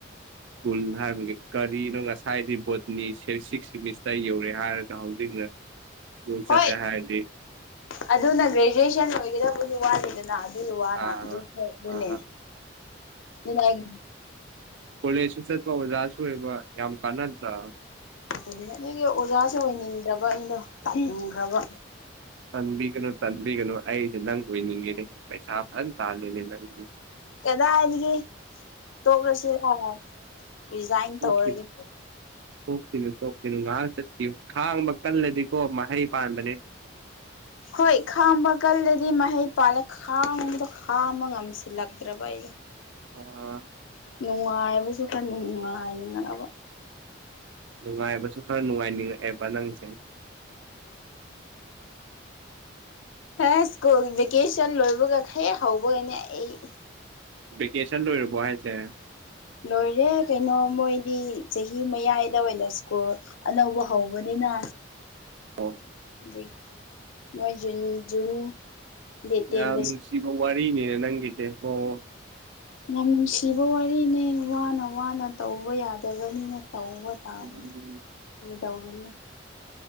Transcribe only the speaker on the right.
ꯁ꯭ꯀꯨꯜ ꯍꯥꯏꯕꯒꯤ ꯀꯔꯤꯅꯣ ꯉꯁꯥꯏꯗꯤ ꯕꯣꯠꯇꯅꯤ ꯁꯤꯛꯁ ꯁꯤꯃꯤꯁꯇꯔ ꯌꯧꯔꯦ ꯍꯥꯏꯔꯒ ꯍꯧꯖꯤꯛꯅ ꯁ꯭ꯀꯨꯜ ꯆꯠꯂꯦ
ꯍꯥꯏꯔꯗꯤ
ꯑꯥ
ꯑꯥ
ꯀ‌ꯣꯂ‌ꯦꯖꯁꯨ ꯆꯠꯄ ꯑꯣꯖꯥꯁꯨ ꯑꯣꯏꯕ ꯌꯥꯝ ꯀꯥꯟꯅꯗꯔꯥ
ꯇꯟꯕꯤꯒꯅꯨ ꯇꯟꯕꯤꯒꯅꯨ ꯑꯩꯁꯦ ꯅꯪ ꯑꯣꯏꯅꯤꯡꯉꯦ ꯄꯩꯁꯥ ꯐꯖꯅ ꯇꯥꯜꯂꯤꯅꯦ ꯅꯪꯒꯤ
ꯑꯣꯀꯦ ꯇꯣꯛꯈꯤꯅꯨ ꯇꯣꯛꯁꯤꯅꯨ ꯉꯥꯏꯍꯥꯛ ꯆꯠꯄꯤꯌꯨ ꯈꯥꯡꯕ ꯀꯜꯂꯗꯤꯀꯣ ꯃꯍꯩ ꯄꯥꯟꯕꯅꯦ
ꯑꯣ
ꯅꯨꯡꯉꯥꯏꯕꯁꯨ ꯈꯔ ꯅꯨꯡꯉꯥꯏꯅꯤꯡꯉꯛꯑꯦꯕ ꯅꯪ
ꯚꯦꯀꯦꯁꯟ ꯂꯣꯏꯔꯕꯣ ꯍꯥꯏꯁꯦ
ꯑꯣ
ꯌꯥꯝ ꯅꯨꯡꯁꯤꯕ ꯋꯥꯔꯤꯅꯤꯅꯦ ꯅꯪꯒꯤꯁꯦ ꯑꯣ
ꯎꯝ